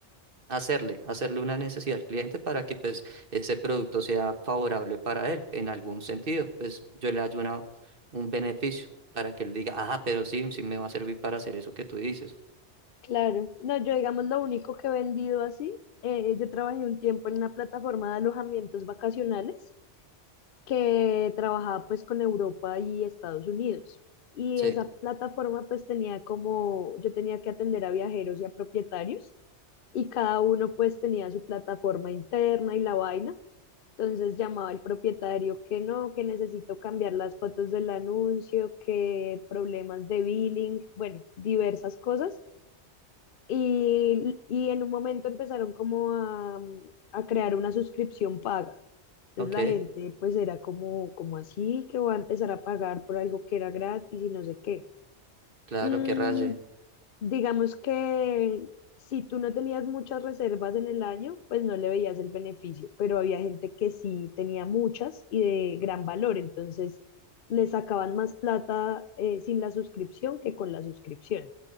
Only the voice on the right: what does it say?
hacerle, hacerle una necesidad al cliente para que pues ese producto sea favorable para él en algún sentido. Pues yo le hallo una- un beneficio para que él diga, ah, pero sí, sí me va a servir para hacer eso que tú dices.
Sí,
ok,
claro,
que raye.